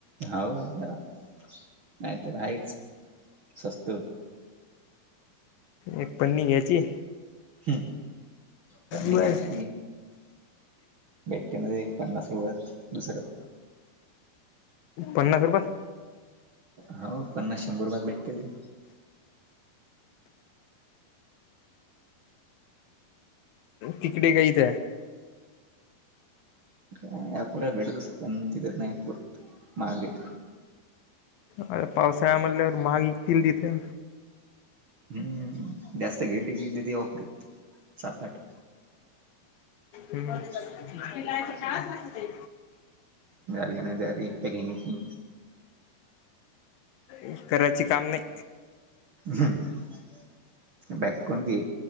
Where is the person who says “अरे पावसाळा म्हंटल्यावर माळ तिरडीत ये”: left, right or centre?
Left